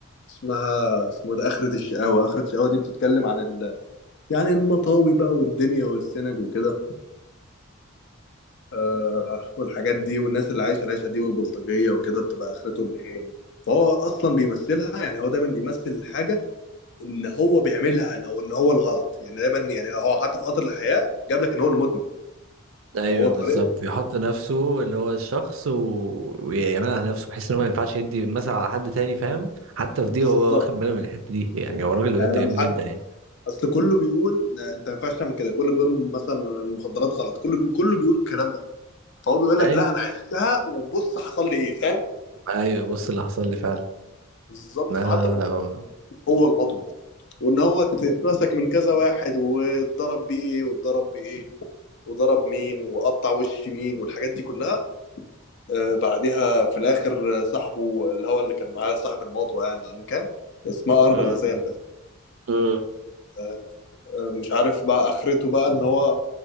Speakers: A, on the left (about 55°); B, on the right (about 65°).
A: اسمها اسمه ده اخره الشقاوه اخره الشقاوه دي بتتكلم عن ال... يعني المطاوي بقى والدنيا والسنج وكده آه، والحاجات دي والناس اللي عايشه العيشه دي والبلطجيه وكده بتبقى اخرتهم ايه يعني. فهو اصلا بيمثلها يعني هو دايما بيمثل حاجه ان هو بيعملها او ان هو الغلط يعني دايما يعني هو حتى في قطر الحياه جاب لك ان هو المدمن
B: ايوه
A: فهو طريقته
B: بالظبط بيحط نفسه اللي هو الشخص و... ويعملها على نفسه بحيث ان هو ما ينفعش يدي مثلا على حد تاني فاهم حتى في دي
A: بالظبط
B: هو واخد باله من الحتة دي يعني هو راجل
A: يعني
B: بجد
A: لما
B: جميل
A: حد
B: جدا يعني
A: اصل كله بيقول لا، انت ما ينفعش تعمل كده كله بيقول مثلا المخدرات غلط كله بي... كله بيقول الكلام ده فهو بيقول
B: ايوه
A: لك لا انا عشتها وبص حصل لي ايه فاهم
B: ايوه بص اللي حصل لي فعلا
A: بالظبط
B: لا
A: فحتى
B: لا
A: في البيت
B: لا هو-
A: هو المطوه وان هو اتمسك من كذا واحد واتضرب بيه ايه واتضرب بايه وضرب مين وقطع وش مين والحاجات دي كلها آه بعدها في الاخر آه، صاحبه اللي هو اللي كان معاه صاحب المطوه يعني ان كان اسمها ارن
B: مم.
A: غزال بقى
B: مم.
A: آه آه، مش عارف بقى اخرته بقى ان هو